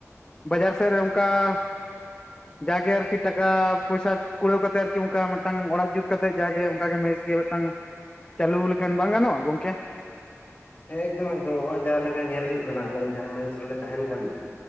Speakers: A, on the left; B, on the left.
A: ᱵᱟᱡᱟᱨ ᱥᱮᱫ ᱨᱮ ᱚᱱᱠᱟ <inaudible> ᱡᱟᱜᱮ ᱟᱨᱠᱤ ᱴᱟᱠᱟ ᱯᱚᱭᱥᱟ ᱠᱩᱲᱟᱹᱣ ᱠᱟᱛᱮᱫ ᱟᱨᱠᱤ ᱚᱱᱠᱟ ᱢᱤᱫᱴᱟᱝ ᱚᱲᱟᱜ ᱡᱩᱛ ᱠᱟᱛᱮᱫ ᱡᱟᱜᱮ ᱚᱱᱠᱟᱜᱮ ᱢᱮᱤ ᱜᱮ ᱢᱤᱫᱴᱟᱝ ᱪᱟᱹᱞᱩ ᱞᱮᱠᱷᱟᱱ ᱵᱟᱝ ᱜᱟᱱᱚᱜᱼᱟ ᱜᱚᱝᱠᱮ
B: ᱦᱮᱸ ᱮᱠᱫᱚᱢ ᱮᱠᱫᱚᱢ ᱱᱚᱜᱼᱚᱭ ᱡᱟᱦᱟᱸ ᱞᱮᱠᱟ ᱧᱮᱞ ᱦᱩᱭᱩᱜ ᱠᱟᱱᱟ ᱟᱞᱮ ᱡᱟᱦᱟᱸ ᱢᱮᱤᱥ ᱨᱮᱞᱮ ᱛᱟᱦᱮᱱ ᱠᱟᱱ ᱫᱚ